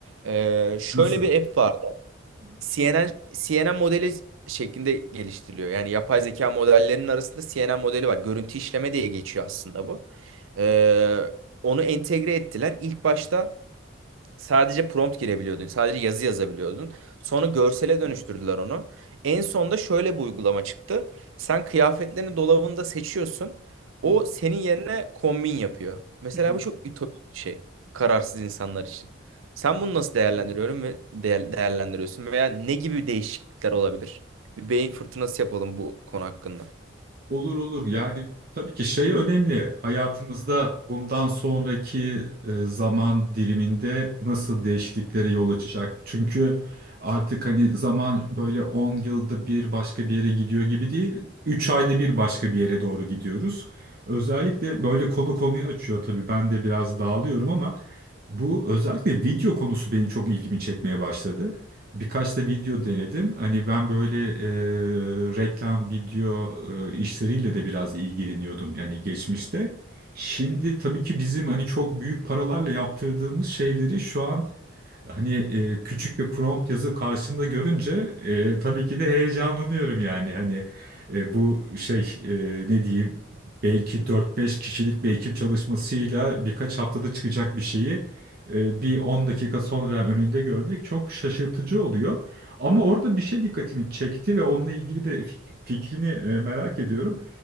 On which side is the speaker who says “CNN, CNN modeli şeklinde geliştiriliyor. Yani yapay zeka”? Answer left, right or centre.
Right